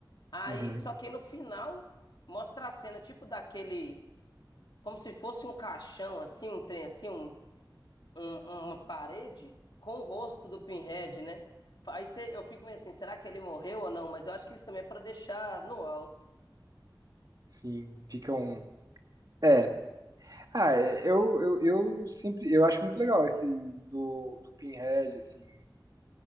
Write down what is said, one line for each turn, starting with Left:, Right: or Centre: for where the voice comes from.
Left: Aí,
Right: Uhum.
Left: só que no final mostra a cena tipo daquele como se fosse um caixão, assim, um trem, assim, um, um- uma parede com o rosto do Pinhead, né? Aí cê- eu fico meio assim, será que ele morreu ou não? Mas eu acho que isso também é pra deixar no alto.
Right: Sim, ficam. É. Ah, é, eu, eu, eu sempre. Eu acho muito legal esses do, do Pinhead, assim.